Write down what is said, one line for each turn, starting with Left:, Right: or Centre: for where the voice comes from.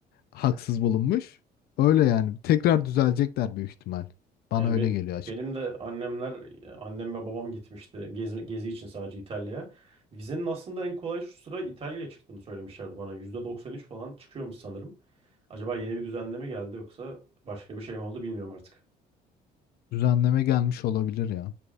Left: haksız bulunmuş. Öyle yani tekrar düzelecekler büyük ihtimal. Bana
Right: Yani
Left: öyle
Right: be-
Left: geliyor açık.
Right: benim de annemler, e, annem ve babam gitmişti gezi, gezi için sadece İtalya'ya. Vizenin aslında en kolay şu sıra İtalya'ya çıktığını söylemişlerdi bana. %93 falan çıkıyormuş sanırım. Acaba yeni bir düzenleme geldi yoksa başka bir şey mi oldu bilmiyorum artık.
Left: Düzenleme gelmiş olabilir ya.